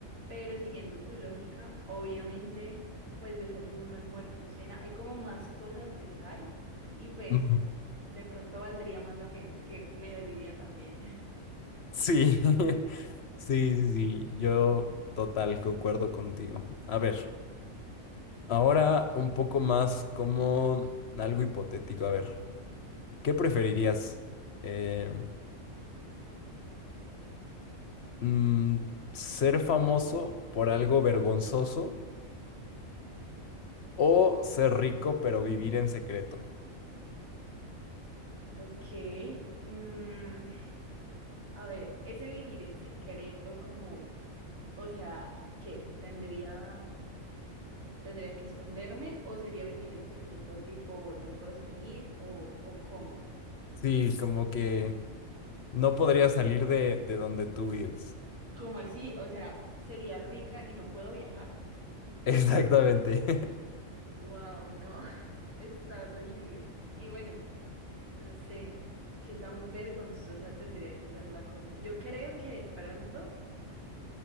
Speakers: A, on the right; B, on the left.
A: pero siguiendo tu lógica, obviamente, pues desayuno, almuerzo, cena, hay como más cosas de sal y pues
B: Ujú.
A: de pronto valdría más la pena, aunque me dolería también. <laughs>
B: Sí, <laughs> sí, sí, sí, yo total, concuerdo contigo. A ver, ahora un poco más como algo hipotético. A ver, ¿qué preferirías? Eh, Mm, ser famoso por algo vergonzoso o ser rico pero vivir en secreto.
A: Ok. mm, A ver, ese vivir en secreto como, o sea, ¿qué? ¿Tendría, tendría que esconderme o sería vivir en secreto tipo no puedo salir o, o cómo?
B: Sí, como que no podría salir de, de donde tú vives.
A: ¿Cómo así? O sea, ¿sería rica y no puedo viajar?
B: Exactamente.
A: Wow, no, <laughs> es horrible. Y bueno, no sé qué tan vergonzosa tendría que ser la cosa. Yo creo que de pronto,